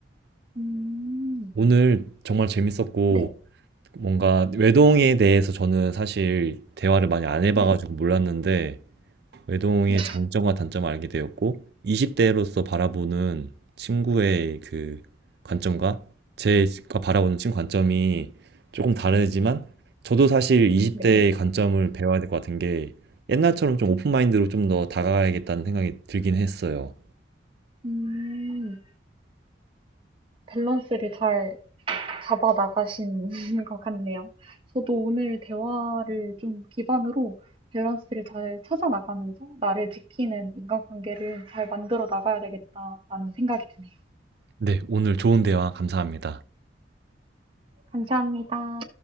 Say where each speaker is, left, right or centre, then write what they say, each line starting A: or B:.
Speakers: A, on the right; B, on the right.
A: 음,
B: 오늘 정말 재밌었고
A: 네.
B: 뭔가 외동에 대해서 저는 사실 대화를 많이 안 해봐가지고
A: 네.
B: 몰랐는데 외동의
A: 네.
B: 장점과 단점을 알게 되었고, 20대로서 바라보는 친구의 그 관점과 제가 바라보는 친구 관점이 조금 다르지만, 저도 사실 20대의
A: 네.
B: 관점을 배워야 될 것 같은 게, 옛날처럼 좀 오픈마인드로 좀 더 다가가야겠다는 생각이 들긴 했어요.
A: 음, 밸런스를 잘 잡아 나가시는 <laughs> 것 같네요. 저도 오늘 대화를 좀 기반으로 밸런스를 잘 찾아 나가면서 나를 지키는 인간관계를 잘 만들어 나가야 되겠다라는 생각이 드네요.
B: 네, 오늘 좋은 대화 감사합니다.
A: 감사합니다.